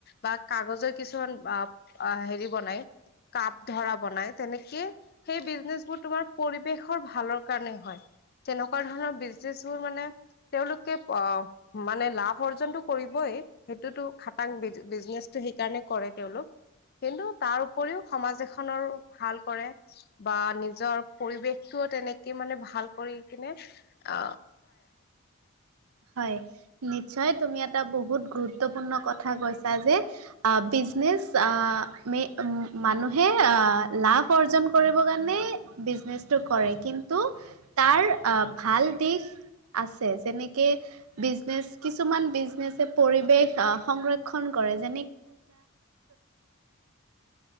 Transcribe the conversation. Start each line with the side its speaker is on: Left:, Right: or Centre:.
Left: বা কাগজৰ কিছুমান অ হেৰি বনাই কাপ ধৰা বনাই তেনেকে সেই বিজনেচবোৰ তোমাৰ পৰিৱেশৰ ভালৰ কাৰণে হয়। তেনেকুৱা ধৰণৰ বিজনেচবোৰ মানে তেওঁলোকে অ মানে লাভ অৰ্জনতটো কৰিবই সেইটোতো খাটাং বিজ বিজনেচটোৱে সেইকাৰণে কৰে তেওঁলোক কিন্তু তাৰ উপৰিও সমাজ এখনৰ ভাল কৰে বা নিজৰ পৰিৱেশটো ব তেনেকে মানে ভাল কৰি কিনে অ
Right: হয় নিশ্চয় তুমি এটা বহুত গুৰুত্বপূৰ্ণ কথা কৈছা যে আ বিজনেজ আ মে মানুহে আ লা লাভ অৰ্জন কৰিবৰ কাৰণে বিজনেজটো কৰে কিন্তু তাৰ আ ভাল দি ইশ আছে যেনেকে বিজনেচ কিছুমান বিজনেছে পৰিৱেশ সংৰক্ষণ কৰে <unintelligible>